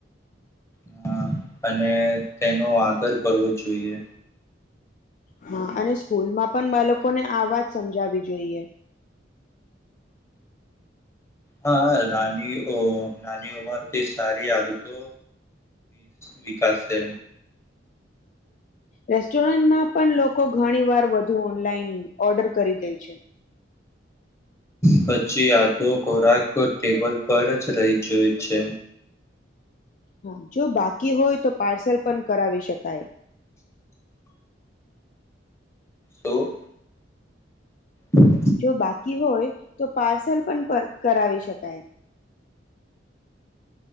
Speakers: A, on the left; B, on the left.
A: હા, અને તેનો આદર કરવો જોઈએ.
B: હા, અને સ્કૂલમાં પણ બાળકોને આ વાત સમજાવી જોઈએ.
A: હા, નાની-નાની ઉંમર થી સારી આદતો વિકાસે.
B: રેસ્ટોરન્ટમાં પણ લોકો ઘણી વાર વધુ ઓનલાઈન ઓર્ડર કરી દે છે.
A: પછી આધો ખોરાક ટેબલ પર જ રહી જોય છે.
B: હા, જો બાકી હોય તો, પાર્સલ પણ કરાવી શકાય.
A: તો હ
B: જો બાકી હોય તો પાર્સલ પણ કરાવી શકાય